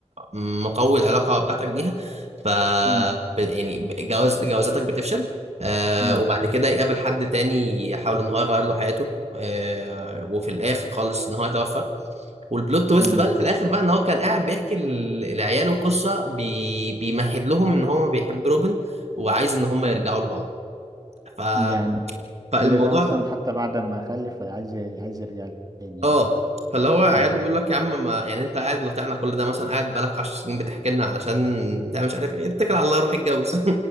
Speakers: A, on the right; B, on the right.
A: م- مقوي العلاقه بتاعتك بيها ف
B: مم.
A: ب- يعني ب- جواز جوازاتك بتفشل آه
B: مم.
A: وبعد كده يقابل حد تاني يحاول ان هو يغير له حياته آه وفي الاخر خالص ان هو يتوفى والبلوت تويست
B: مم.
A: بقى اللي في الاخر بقى ان هو كان قاعد بيحكي ل- لعياله قصه بي... بيمهد لهم ان هو بيحب روبن وعايز ان هم يرجعوا
B: مم.
A: لبعض ف...
B: يعني
A: فالموضوع
B: كل ده اصلا حتى بعد ما اخلف عايز عايز يرجع لي تاني
A: اه
B: يعني
A: فاللي هو عياله
B: اه
A: بيقول لك يا عم ما يعني انت قاعد لطعنا كل ده مثلا قاعد بقالك 10 سنين بتحكي لنا علشان انت مش عارف ايه اتكل على الله روح اتجوز